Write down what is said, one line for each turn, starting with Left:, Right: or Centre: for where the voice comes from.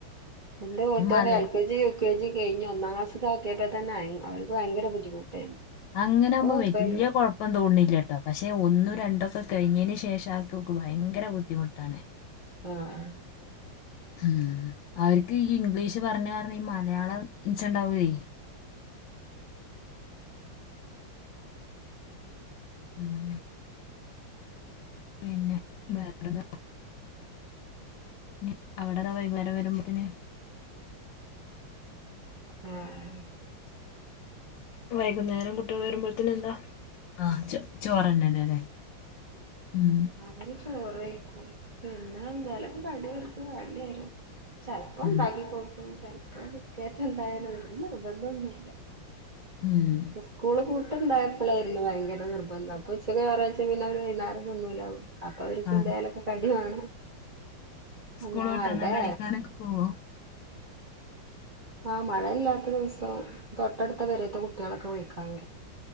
Right: ഇന്റെ മൂത്തോൻ
Left: ഈ മല
Right: L K G. K G കഴിഞ്ഞ് ഒന്നാംക്ലാസ് ആക്കിയപ്പോ തന്നെ അവൻ അവൻക്ക് ഭയങ്കര ബുദ്ധിമുട്ടായിരുന്നു.
Left: അങ്ങനെ
Right: ഇപ്പൊ
Left: ആകുമ്പോ
Right: കൊഴപ്പല്ല
Left: വല്യ കുഴപ്പം തോന്നില്ലട്ടോ പക്ഷെ ഒന്നും രണ്ടുംഒക്കെ. കഴിഞ്ഞതിന് ശേഷം ആക്കി നോക്ക് ഭയങ്കര ബുദ്ധിമുട്ടാണ്.
Right: ആഹ.
Left: ഉം അവർക്ക് ഈ ഇംഗ്ലീഷ് പറഞ്ഞ് പറഞ്ഞ് ഈ മലയാളം ന്നിച്ചണ്ടാവൂലേ. ഉം. പിന്നെ വേറെന്താ. ഇനി അവിടതാ വൈകുന്നേരം വരുമ്പോത്തിന്.
Right: ആഹ.
Left: വൈകുന്നേരം കുട്ടികൾ വരുമ്പോഴത്തി ന് എന്താ ആ ചോ ചോറ്ന്നെഅല്ലെ. ഉം.
Right: ആദ്യം ചോറ് വയിക്കും പിന്നെ എന്തായേലും കടിഓർക്ക് വേണ്ടി വരും. ചെൽപ്പോം
Left: ഉം
Right: ഉണ്ടാക്കി കൊടുക്കും ചെൽ പ്പോ ബിസ്കേറ്റ് എന്തായാലും നിർ ബന്ധം ഒന്നുമില്ല.
Left: ഉം
Right: സ്കൂള് പൂ ഇപ്പട്ടയപ്പോഴായിരുന്നു ഭയങ്കര നിർബന്ധം അപ്പൊ ഉച്ചക്ക് ചോർയ്ച്ച് പിന്നെ ഒരു വൈന്ന തിന്നുല്ല ഒന്നും അപ്പൊ അവർക്ക്
Left: ആ
Right: എന്തോലൊക്കെ കടിവെണം.
Left: സ്കൂൾ
Right: അങ്ങന
Left: വിട്ട്
Right: അട്ടെ.
Left: വന്നാ കളിക്കാനൊക്കെ പോവോ
Right: ആ മഴയില്ലാത്ത ദിവസവും തൊട്ടടുത്ത പേരെത്തകുട്ടികളൊക്കെ വിളിക്കാൻ വരും.